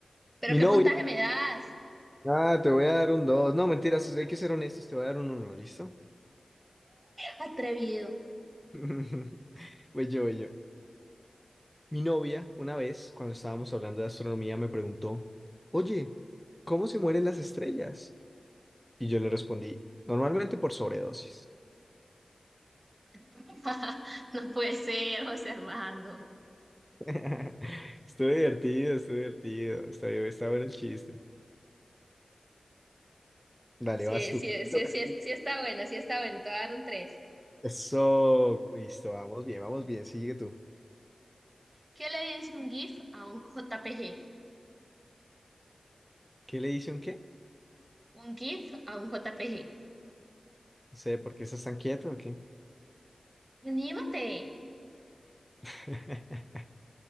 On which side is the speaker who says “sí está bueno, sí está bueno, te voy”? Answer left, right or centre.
Right